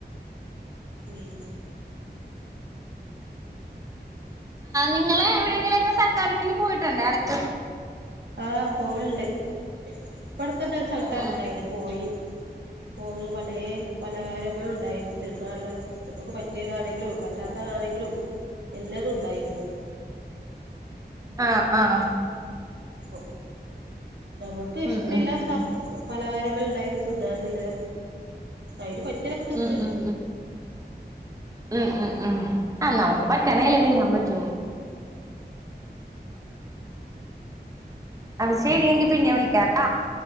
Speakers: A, on the right; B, on the right.
A: ഉം
B: നിങ്ങള് എവിടെങ്കിലൊക്കെ സൽക്കാര ഇതിന് പോയിട്ടുണ്ട് അടുത്ത്
A: ആ പോണുണ്ട് ഇവിടതന്നെ ഒരു സൽക്കാരം
B: ഉം
A: ഉണ്ടായിരുന്നു. അതിന്പോയി എപ്പോഴും പലേ പലഹാരങ്ങളുണ്ടായിരുന്നു തിന്നാനല്ല നമുക്ക് പറ്റിയതാണെങ്കിലും പറ്റാത്ത ആണെങ്കിലും എല്ലാരും ഉണ്ടായിരുന്നു
B: ആഹ് ആഹാ
A: അപ്പൊ ഞമ്മക്കിഷ്ടല്ല
B: ഉം ഉം ഉം
A: സംഭ പലഹാരങ്ങള്ണ്ടായിനി ത്‌ന്നാന്ള്ളെ അയിന് പറ്റിയതൊക്കെ തിന്ന്
B: ഉം ഉം ഉം ഉം ഉം ഉം ആ നമുക്ക് പറ്റണേല്ലേ തിന്നാൻ പറ്റൂ അത് ശരി എങ്കിപിന്നെ വിളിക്കാട്ടോ